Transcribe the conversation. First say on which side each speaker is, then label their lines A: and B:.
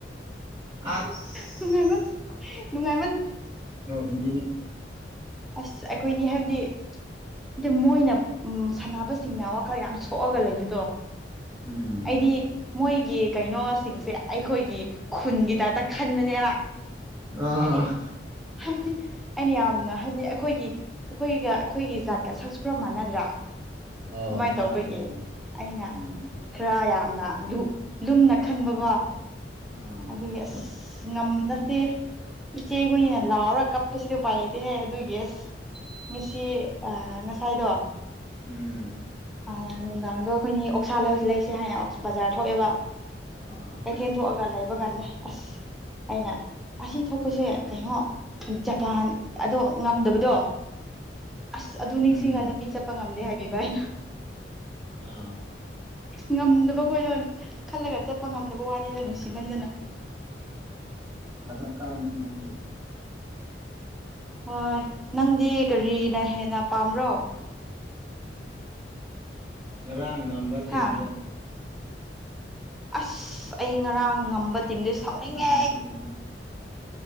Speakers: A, on the right; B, in the centre.
A: ꯑꯁ
B: ꯅꯨꯡꯉꯥꯏꯃꯣꯟ ꯅꯨꯡꯉꯥꯏꯃꯣꯟ
A: ꯑꯗꯨꯅꯤ
B: ꯑꯁ ꯑꯩꯈꯣꯏꯅꯤ ꯍꯥꯏꯕꯗꯤ ꯃꯣꯏꯅ ꯎ ꯁꯥꯟꯅꯕ ꯁꯤꯡꯅ ꯋꯥꯈꯜ ꯌꯥꯝ ꯁꯣꯛꯑꯒ ꯂꯩꯕꯗꯣ
A: ꯎꯝ
B: ꯑꯩꯗꯤ ꯃꯣꯏꯒꯤ ꯀꯩꯅꯣꯁꯤꯡꯁꯦ ꯑꯩꯈꯣꯏꯒꯤ ꯈꯨꯟꯒꯤ ꯇꯞꯇ ꯈꯟꯕꯅꯦꯅ
A: ꯑꯥ
B: ꯍꯥꯏꯗꯤ ꯍꯥꯏꯕꯗꯤ ꯑꯩꯅ ꯌꯥꯝꯅ ꯍꯥꯏꯕꯗꯤ ꯑꯩꯈꯣꯏꯒꯤ ꯑꯩꯈꯣꯏꯒ ꯑꯩꯈꯣꯏꯒꯤ ꯖꯥꯠꯀ ꯁꯛꯁꯨ ꯈꯔ ꯃꯥꯟꯅꯗ꯭ꯔꯥ
A: ꯑꯣ
B: ꯑꯗꯨꯃꯥꯏꯅ
A: ꯃꯥꯅꯦ
B: ꯇꯧꯕꯒꯤ
A: ꯃꯥꯅꯦ
B: ꯑꯩꯅ
A: ꯎꯝ
B: ꯈꯔ ꯌꯥꯝꯅ ꯂꯨꯝꯅ ꯈꯟꯕꯀꯣ
A: ꯑꯥ
B: ꯑꯗꯨꯒꯤ ꯑꯁ ꯉꯝꯗ꯭ꯔꯗꯤꯦ ꯄ ꯎꯆ ꯆꯩꯒꯅ ꯂꯔ ꯀꯞꯄꯁꯤꯗ ꯎꯥꯏ ꯂꯩꯇꯦ ꯍꯦ ꯌꯦꯁ ꯉꯁꯤ ꯉꯁꯥꯏꯗꯣ
A: ꯎꯝ
B: ꯑ ꯌꯥꯅꯗ ꯑꯩꯈꯣꯏꯅꯤ ꯑꯣꯛꯁꯥ ꯂꯧꯁꯤ ꯂꯩꯁꯦ ꯍꯥꯏꯅ ꯕꯖꯥꯔ ꯊꯣꯛꯑꯦꯕ
A: ꯑꯥ
B: ꯀꯩꯊꯦꯜ ꯊꯣꯛꯑꯒ ꯂꯩꯕ ꯅꯦ ꯑꯁ ꯑꯩꯅ ꯑꯁꯤ ꯊꯣꯛꯄꯁꯦ ꯀꯩꯅꯣ ꯖꯄꯥꯟ ꯑꯗꯣ ꯉꯝꯗꯕꯗꯣ ꯑꯁ ꯑꯗꯨ ꯅꯤꯡꯁꯤꯡꯉ
A: ꯎꯝ
B: ꯂꯝꯕꯤ ꯆꯠꯄ ꯉꯝꯗꯦ ꯍꯥꯏꯕꯤꯕ ꯍꯥꯏꯩꯅ
A: ꯑꯥ
B: ꯉꯝꯗꯕ ꯈꯣꯏꯔ ꯈꯜꯂꯒ ꯆꯠꯄ ꯉꯝꯗꯕ ꯋꯥꯅꯤꯅ ꯅꯨꯡꯁꯤꯃꯟꯗꯅ
A: ꯐꯖ ꯀꯔꯝꯅꯗꯤ
B: ꯍꯣꯏ ꯅꯪꯗꯤ ꯀꯔꯤꯅ ꯍꯦꯟꯅ ꯄꯥꯝꯕ꯭ꯔꯣ
A: ꯉꯔꯥꯡ ꯉꯝꯕ ꯇꯤꯝꯗ
B: ꯍꯥ ꯑꯁ ꯑꯩ ꯉꯔꯥꯡ ꯉꯝꯕ ꯇꯤꯝꯗꯤ ꯁꯥꯎꯅꯤꯡꯉꯦ
A: ꯉꯝꯕ ꯇꯤꯝꯗꯣ